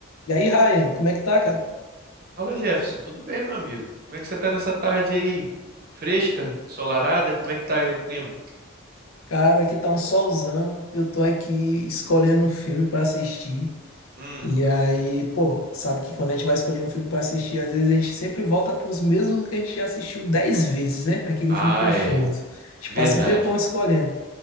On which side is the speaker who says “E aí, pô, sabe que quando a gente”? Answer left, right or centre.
Left